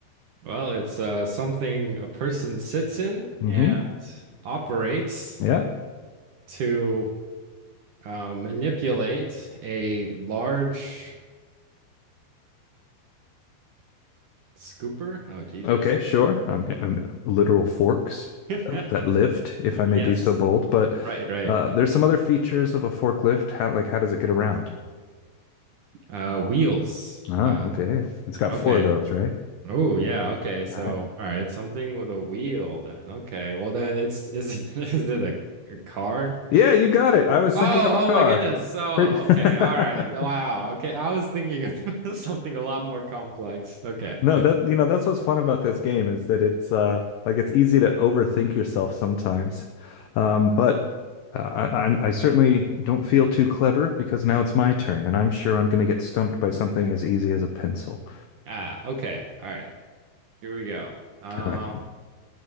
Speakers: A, on the right; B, on the left.
A: Well, it's uh, something a person sits in
B: hmm
A: and operates
B: Yeah.
A: to uh, manipulate a large scooper. Oh, Jesus.
B: Okay, sure. I'm, I'm literal forks
A: <laughs>
B: that lift, if I may
A: Yes.
B: be so bold. But
A: Right, right.
B: uh, there's some other features of a forklift. How, like, how does it get around?
A: Uh, wheels.
B: Oh,
A: Uh,
B: okay. It's got
A: okay.
B: four of those, right?
A: Oh yeah, okay. So,
B: All right.
A: all right, something with a wheel then. Okay. Well then it's is it, <laughs> is it a, a car?
B: Yeah, you got it. I was thinking
A: Oh,
B: of a car.
A: oh my goodness. So,
B: Pretty-
A: okay.
B: <laughs>
A: All right. Wow. Okay. I was thinking of <laughs> something a lot more complex. Okay.
B: No, that you know, that's what's fun about this game is that it's uh like it's easy to overthink yourself sometimes. Um, but uh, I, I'm- I certainly don't feel too clever because now it's my turn, and I'm sure I'm going to get stumped by something as easy as a pencil.
A: Ah, okay. All right. Here we go. Um,
B: All right.